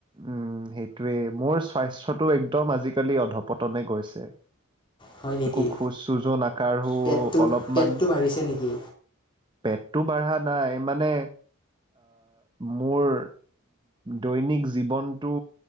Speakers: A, on the right; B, on the left.
A: উম' সেইটোৱেই। মোৰ স্বাস্থ্যটো একদম আজিকালি অধপতনে গৈছে।
B: হয় নেকি?
A: একো খোজ- চোজো নাকাৰহো
B: পেটটো
A: অলপমান
B: পেটটো বাঢ়িছে নেকি?
A: পেট- টো বাঢ়া নাই। মানে মোৰ দৈনিক জীৱনটো